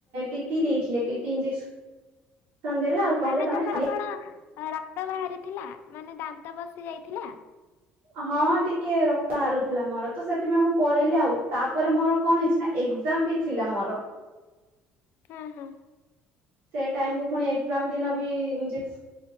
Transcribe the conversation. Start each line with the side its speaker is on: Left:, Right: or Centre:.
Right: ଟିଟି ଦେଇଥିଲେ। ଟିଟି ଇଜେସ -- ସନ ଦେଲା ଆଉ।
Left: ମାନେ ତମର
Right: ଖାଲି
Left: କଣ ରକ୍ତ ବାହାରିଥିଲା। ମାନେ ଦାନ୍ତ ବସି ଯାଇଥିଲା।
Right: ହଁ ଟିକେ ରକ୍ତ ହାରୁଥିଲା ମୋର ତ ସେଥିପାଇଁ ମୁଁ ପଳେଇଲି ଆଉ। ତାପରେ ମୋର କଣ ହେଇଛି ନା ଏକ୍ଜାମ ବି ଥିଲା ମୋର।
Left: ହଁ ହଁ
Right: ସେ ଟାଇମକୁୁ ପୁଣି ଏକ୍ଜାମ ଦିନ ବି ଇଜେସ --